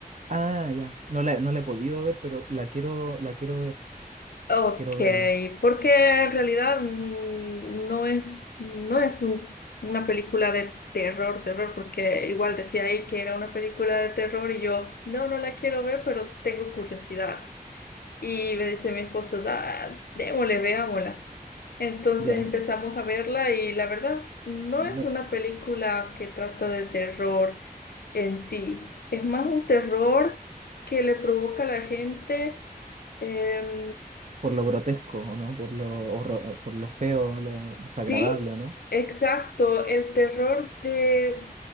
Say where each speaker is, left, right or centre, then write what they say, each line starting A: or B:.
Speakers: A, on the right (about 50°); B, on the left (about 80°).
A: Ah, ya, sí, no la, no la he podido ver, pero la quiero, la quiero ver,
B: Ok,
A: quiero verla.
B: porque en realidad mm, no es, no es un- una película de terror, terror, porque igual decía ahí que era una película de terror y yo, no, no la quiero ver, pero tengo curiosidad. Y me dice mi esposo, da, démosle, veámosla. Entonces
A: Ya,
B: empezamos a verla y la verdad no
A: no-
B: es una película que trata de terror en sí, es más un terror que le provoca a la gente. Em,
A: Por lo grotesco, ¿o no? Por lo, horro- por lo feo, lo desagradable,
B: Sí,
A: ¿o no?
B: exacto, el terror de